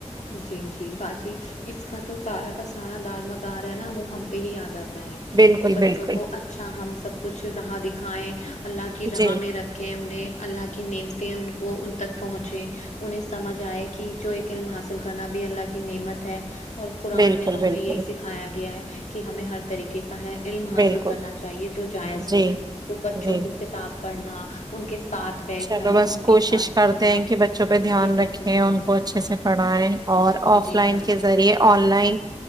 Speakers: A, on the left; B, on the right.
A: جی جی باجی اس کا تو سارا کا سارا دارومدار ہے نا وہ ہم پے ہی آ جاتا ہے
B: بالکل
A: کی بچوں
B: بالکل
A: کو اچھا ہم سب کچھ رہا دکھائے الله کی
B: جی
A: راہ میں رکھ کھے انہیں الله کی نیمتے ہیں ان کو ان تک پہنچے انہیں سمجھ آئے کی جو ایک علم حاصل کرنا بھی اللہ کی نعمت ہے اور قرآن
B: بالکل
A: میں تو
B: بالکل
A: ہمیں یہی سکھایا گیا ہے کہ ہمیں ہر طریقے کا ہے علم حاصل
B: بالکل
A: کرنا چاہیے جو جائز
B: جی
A: ہو تو بچوں
B: جی
A: کو کتاب پڑھنا ان کے ساتھ بیٹھنا،
B: چلو بس
A: ان
B: کوشش
A: کے ساتھ
B: کرتے
A: کھیلنا،
B: ہیں کی بچوں پے دھیان
A: یہ سب
B: رکھیں
A: سکھائیں۔
B: ان کو اچھے سے پڑھائیں اور آف
A: جی،
B: لائن
A: باجی۔
B: کے ذریعے آن لائن